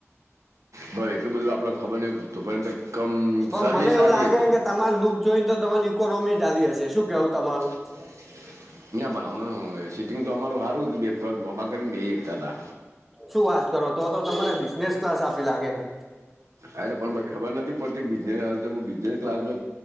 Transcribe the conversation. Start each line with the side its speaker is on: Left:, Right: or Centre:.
Right: હ એટલું બધું આપણને ખબર નહ પ તું પણ કમ
Centre: પણ
Right: સર્વિસ
Centre: મને એવું
Right: સારી
Centre: લાગે
Right: હતી
Centre: કે તમાર લુક જોઈને તો તમારી ઇકોનોમી ચાલી હશે શું કેવું તમારું
Right: <unintelligible> ના પણ હ સિટિંગ તો અમાર સારું હતું બે લોભા કરીને બેસી શકતા હતા
Centre: શું વાત કરો તો તો તમને બિઝનેસ ક્લાસ આપી લાગે છે
Right: અ પણ ખબર નથી પડતી બને બ ક્લાસ